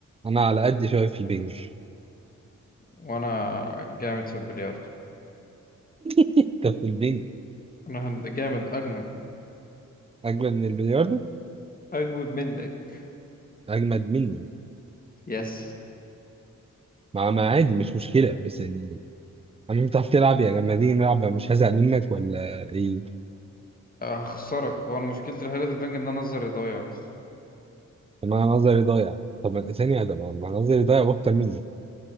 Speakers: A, on the right; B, on the left.
A: انا على قد شويه في البنج
B: وانا جامد في البلياردو
A: <laughs> انت في البنج
B: انا هند- جامد اجمد
A: اجمد من البلياردو
B: اجمد منك
A: اجمد مني
B: يس
A: مع ما عادي مش مشكله بس يعني اما انت بتعرف تلعب يعني لما تيجي نلعب مش هزهق منك ولا ايه؟
B: هخسرك هو انا مشكلتي الوحيدة في البنج ان انا نظري ضايع بس
A: طب انا نظري ضايع طب ثانيه ده ما أنا نظري ضايع واكتر منك